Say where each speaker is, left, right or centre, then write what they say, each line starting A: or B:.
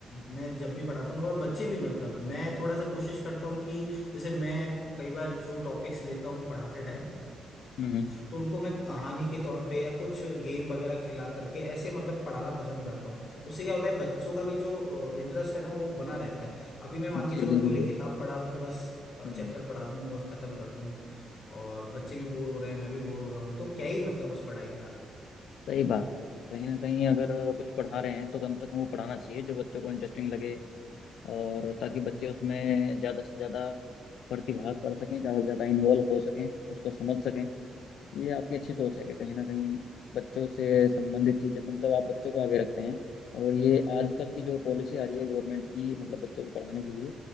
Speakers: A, on the left; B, on the left.
A: मैं जब भी पढ़ाता हूँ और बच्चे भी मतलब मैं थोड़ा सा कोशिश करता हूँ कि जैसे मैं कई बार जो टॉपिक्स लेता हूँ पढ़ाते टाइम
B: हम्म हम्म,
A: तो उनको मैं कहानी के तौर पे या कुछ गेम वगैरह खिला करके ऐसे मतलब पढ़ाना पसंद करता हूँ उससे क्या होता है बच्चों का भी जो इंटरेस्ट है ना वो बना रहता है अभी मैं मान
B: जी
A: के चलो
B: जी
A: केवल
B: बिल्कुल
A: एक किताब पढ़ा दूँ बस
B: हम्म,
A: चैप्टर पढ़ा दूँ बस खत्म कर दूँ और बच्चे भी बोर हो रहे हैं मैं भी बोर हो रहा हूँ तो क्या ही मतलब उस पढ़ाई का
B: सही बात है कहीं ना कहीं अगर कुछ पढ़ा रहे हैं तो कम से कम वो पढ़ाना चाहिए जो बच्चों को इंटरेस्टिंग लगे और ताकि बच्चे उसमें ज़्यादा से ज़्यादा प्रतिभाग कर सकें ज़्यादा से ज़्यादा इन्वॉल्व हो सकें उसको समझ सकें ये आपकी अच्छी सोच है कि कहीं ना कहीं बच्चों से संबंधित चीजें मतलब आप बच्चों को आगे रखते हैं और ये आजकल की जो पॉलिसी आ रही है गवर्नमेंट की मतलब बच्चों को पढ़ाने के लिए